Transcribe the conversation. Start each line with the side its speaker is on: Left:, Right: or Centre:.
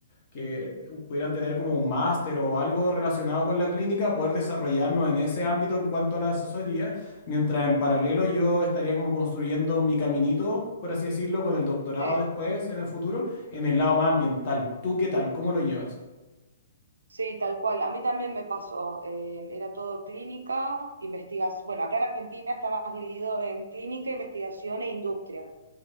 Left: que pudieran tener como un máster o algo relacionado con la clínica, poder desarrollarnos en ese ámbito en cuanto a la asesoría, mientras en paralelo yo estaría como construyendo mi caminito, por así decirlo, con el doctorado
Right: Sí,
Left: después en el futuro, en el lado más ambiental. ¿Tú qué tal? ¿Cómo lo llevas?
Right: sí, tal cual. A mí también me pasó. eh, era todo clínica, investigación. Bueno, acá en Argentina está más dividido en clínica, investigación e industria.